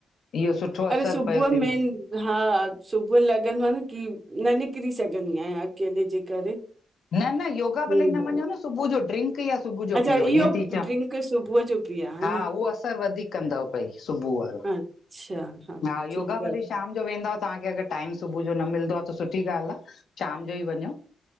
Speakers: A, on the left; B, on the right.
A: इहो सुठो असरु
B: अरे सुबुह
A: पयो थीन
B: मेन। हा सुबुह लॻंदो आ न की न निकरी सघंदी आयां अकेले जे करे।
A: न न योगा
B: हम्म
A: भले न वञो न सुबुह जो ड्रिंक यां। सुबुह जो
B: अच्छा
A: पिओ
B: इहो
A: ईअं थीचां
B: ड्रिंक सुबुह जो पीआ
A: हा
B: न
A: उहो असर वधीक कंदव पई सुबुह जो।
B: अच्छा
A: हा
B: ठीकु
A: योगा भले
B: आहे
A: शाम जो वेंदाव तांखे। टाइम सुबुह जो न मिलंदो आ त सुठी ॻाल्ह आ, शाम जो ई वञो।